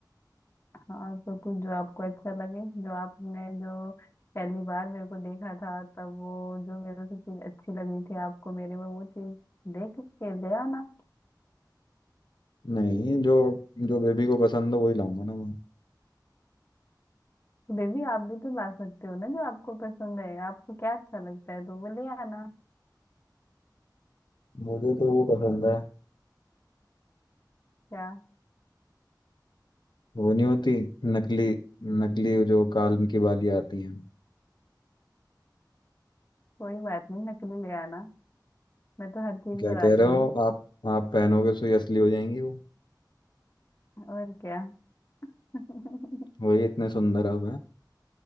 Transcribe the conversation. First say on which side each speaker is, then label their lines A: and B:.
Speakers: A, on the left; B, on the left.
A: हाँ तो कुछ जो आपको अच्छा लगे जो आपने जो पहली बार मेरे को देखा था तब वो जो मेरे को चीज अच्छी लग रही थी आपको मेरे में वो चीज देख के ले आना
B: नहीं जो जो बेबी को पसंद हो वही लाऊंगा ना मैं
A: तो बेबी आप भी तो ला सकते हो ना जो आपको पसंद है आपको क्या अच्छा लगता है तो वो ले आना
B: मुझे तो वो पसंद है
A: क्या
B: वो नहीं होती नकली नकली जो कान की बालियां आती हैं
A: कोई बात नहीं नकली ले आना मैं तो हर चीज
B: क्या
A: में राजी
B: कह रहे
A: हूँ
B: हो आप आप पहनोगे तो ये असली हो जाएंगी वो
A: और क्या <laughs>
B: वही इतने सुंदर आप हैं